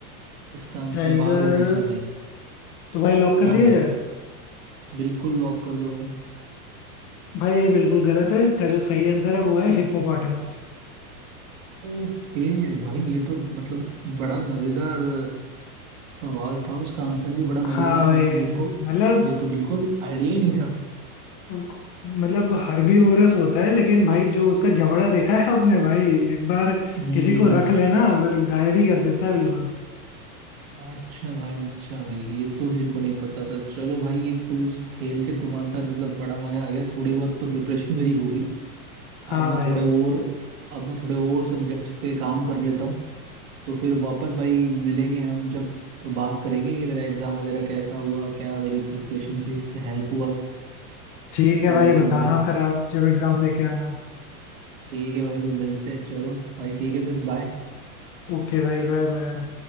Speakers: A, on the right; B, on the left.
A: इसका आंसर
B: टाइगर
A: बाघ होना चाहिए भाई
B: तो भाई लॉक कर
A: हाँ
B: दिया
A: भाई
B: जाए
A: बिल्कुल लॉक कर दो भाई
B: भाई ये बिल्कुल गलत है इसका जो सही आंसर है वो है हिप्पोपोटामस
A: ओके भाई ये तो मतलब बड़ा मजेदार सवाल था उसका आंसर भी बड़ा मजेदार
B: हाँ भाई
A: है मेरे मेरे को
B: मतलब
A: ये तो बिल्कुल आइडिया ही नहीं था
B: मतलब हर्बीवोरस होता है लेकिन भाई जो उसका जबड़ा देखा है आपने भाई एक बार
A: हम्म
B: किसी
A: हम्म
B: को
A: हम्म।
B: रख लेना फिर गायब ही कर देता है बिल्कुल
A: अच्छा भाई अच्छा भाई ये तो मेरे को नहीं पता था चलो भाई ये क्विज खेल के तुम्हारे साथ मतलब बड़ा मजा आ गया थोड़ी बहुत तो प्रिपरेशन मेरी हो गई
B: हाँ
A: अब मैं
B: भाई
A: थोड़े और अब मैं थोड़े और सब्जेक्ट्स पे काम कर लेता हूँ तो फिर वापस भाई मिलेंगे हम जब तो बात करेंगे कि मेरा एग्जाम वगैरह कैसा हुआ क्या मेरी प्रिपरेशन से इससे हेल्प हुआ
B: ठीक है
A: तो
B: भाई
A: भाई
B: बताना
A: फिर मिल-
B: फिर आप जब एग्जाम देके आना
A: ठीक है भाई फिर मिलते हैं चलो भाई ठीक है फिर बाय
B: ओके भाई बाय बाय